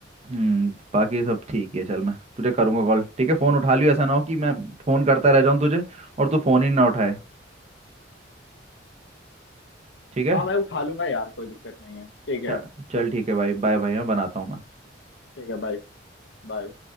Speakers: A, on the right; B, on the left.
A: हम्म बाकी सब ठीक है चल मैं तुझे करूंगा कॉल ठीक है फ़ोन उठा लियो ऐसा ना हो कि मैं फ़ोन करता रह जाऊँ तुझे और तू फ़ोन ही ना उठाए ठीक है
B: हाँ भाई उठा लूंगा यार कोई दिक्कत नहीं है ठीक है
A: चल चल ठीक है भाई बाय भाई मैं बनाता हूँ मैं
B: ठीक है बाय बाय